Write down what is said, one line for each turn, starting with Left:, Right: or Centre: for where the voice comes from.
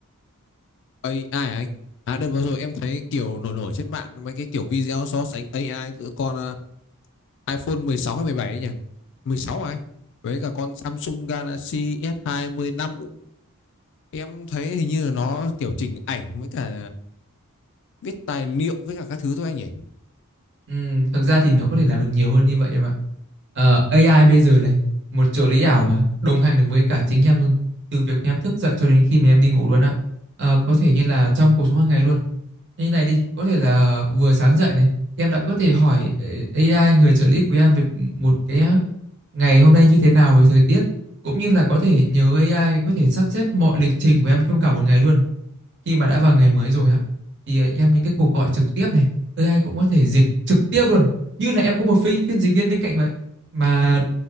Left: AI hả anh? À đợt vừa rồi em thấy kiểu nổi nổi trên mạng mấy cái kiểu video so sánh AI giữa con ờ, iPhone mười sáu hay 17 ấy nhỉ? 16 hả anh? Với cả con Samsung Galaxy S25 hai mươi lăm Em thấy hình như là nó kiểu chỉnh ảnh với cả viết tài liệu với cả các thứ thôi anh nhỉ.
Right: Ừm, thực ra thì nó có thể làm được nhiều hơn như vậy em ạ. Ờ, AI bây giờ này, một trợ lý ảo mà đồng hành được với cả chính em luôn, từ việc em thức dậy cho đến khi mà em đi ngủ luôn ạ. Ờ, có thể như là trong cuộc sống hàng ngày luôn. Như này đi, có thể là vừa sáng dậy này, em đã có thể hỏi ờ, AI người trợ lý của em về một cái ngày hôm nay như thế nào về thời tiết, cũng như là có thể nhờ AI có thể sắp xếp mọi lịch trình của em trong cả một ngày luôn. Khi mà đã vào ngày mới rồi á, thì ờ, em những cái cuộc gọi trực tiếp này, AI cũng có thể dịch trực tiếp luôn, như là em có một phiên phiên dịch viên bên cạnh vậy. Mà